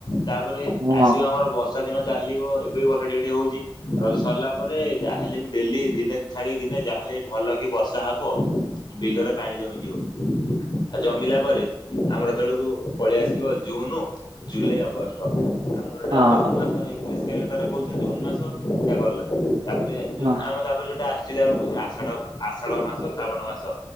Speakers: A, on the left; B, on the right.
A: ତାପରେ
B: ହଁ
A: ଆସିବ ଆମର ବସ ବର୍ଷା ଦିନ ଚାଲିବ ଏବେ ବି ବର୍ଷା ଟିକେ ଟିକେ ହଉଛି ରଜ ସରିଲା ପରେ ଯାହା ହେଲେ ବି ଡେଲି ଦିନେ ଛାଡିକି ଦିନେ ଯାହାହେଲେ ବି ଭଲ କି ବର୍ଷା ହବ ବିଲରେ ପାଣି ଜମିଯିବ। ଆଉ ଜମିଲା ପରେ ଆମର ହେତଳକୁ ପଳେଇ ଆସିବ ଜୁନୁ ଜୁଲାଇ ଅଗଷ୍ଟ। ଆରଟା
B: ହଁ
A: ଜୁନ୍ ମାସ ଇଂଲିସ୍ କ୍ୟାଲେଣ୍ଡର ରେ କହୁଛେ ଜୁନ୍ ମାସ ସେଇଟା ଗଲା ତାପରେ ଯୋଉଟା
B: ହଁ
A: ଆମ ତାପରେ ଯୋଉଟା ଆଶୁଛି ତାକୁ କହୁଛନ୍ତି ଆଷାଢ଼ ଆଷାଢ଼ ମାସ ଶ୍ରାବଣ ମାସ